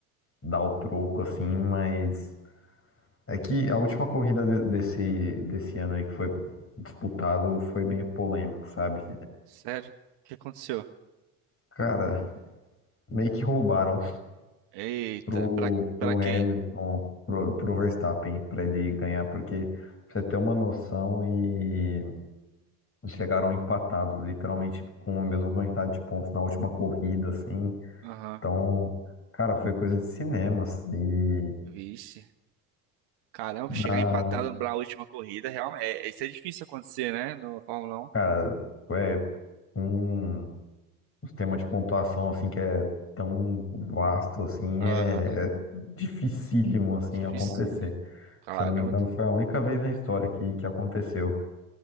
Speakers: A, on the left (about 30°); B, on the right (about 60°).
A: dar o troco, assim, mas. É que a última corrida de- desse, desse ano aí que foi disputado foi meio polêmico, sabe?
B: sério? O que aconteceu?
A: Cara, meio que roubaram.
B: Eita,
A: pro,
B: pra, pra
A: pro
B: quem?
A: Hamilton, pro, pro Verstappen, para ele ganhar, porque pra você ter uma noção e chegaram empatados, literalmente com a mesma quantidade de pontos na última corrida, assim.
B: Aham.
A: Então, cara, foi coisa de cinema, assim. E
B: Vixe. Caramba,
A: na,
B: chegar empatado na última corrida, realmente, é, isso é difícil acontecer, né, no Fórmula
A: cara, é com um sistema de pontuação assim que é tão vasto assim,
B: Um.
A: é, é dificílimo assim
B: Dificílimo.
A: acontecer.
B: Caramba,
A: Se eu não me engano, foi a única vez na história que, que aconteceu.